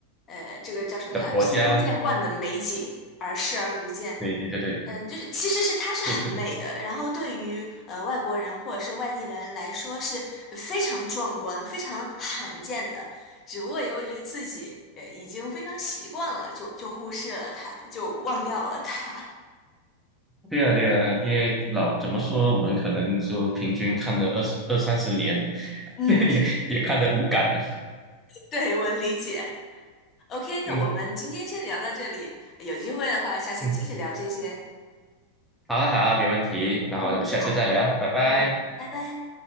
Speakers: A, on the left (about 30°); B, in the centre.
A: 呃，这个叫什么来，
B: <laughs> 的国家。
A: 司空见惯的美景而视而不见，
B: 对对对对。
A: 嗯，就是其实是它是很美的，
B: 是是，
A: 然后对于呃外国人或者是外地人来说是非常壮观、非常罕见的。只不过由于自己呃已经非常习惯了，就就忽视了它，就忘掉了它。
B: 对啊，对啊，因为老怎么说，我们可能就平均看了二十二三十年了，
A: <laughs> 嗯，
B: <laughs> 也也看得无感了。
A: 对，我理解。OK，那我们今天先聊到这里，
B: 嗯
A: 有机会的话，下次接着聊这些。
B: 嗯，好啊，好啊，没问题。然后我们下次再聊，
A: 嗯，好，
B: 拜拜。
A: 嗯，拜拜。